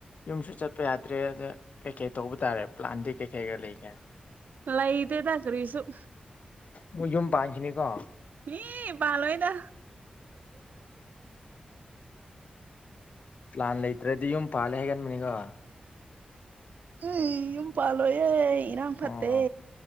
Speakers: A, on the left; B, on the right.
A: ꯌꯨꯝꯁꯨ ꯆꯠꯄ ꯌꯥꯗ꯭ꯔꯦ ꯑꯗ ꯀꯩꯀꯩ ꯇꯧꯕ ꯇꯥꯔꯦ ꯄ꯭ꯂꯥꯁ ꯑꯟꯗ ꯀꯦ ꯀꯩꯒ ꯂꯩꯒꯦ
B: ꯂꯩꯇꯦꯇ ꯀꯔꯤꯁꯨꯨ
A: ꯃꯣꯏ ꯌꯨꯝ ꯄꯥꯟꯁꯤꯅꯤꯀꯣ꯫
B: ꯃꯤ ꯄꯥꯂꯣꯏꯗ
A: ꯄ꯭ꯂꯥꯟ ꯂꯩꯇ꯭ꯔꯗꯤ ꯌꯨꯝ ꯄꯥꯜꯂꯦ ꯍꯥꯏꯒꯟꯃꯤꯅꯤꯒ꯫
B: ꯎꯝ ꯏꯨꯝ ꯄꯥꯂꯣꯏꯌꯦ ꯏꯔꯥꯡ
A: ꯑꯣ
B: ꯐꯠꯇꯦ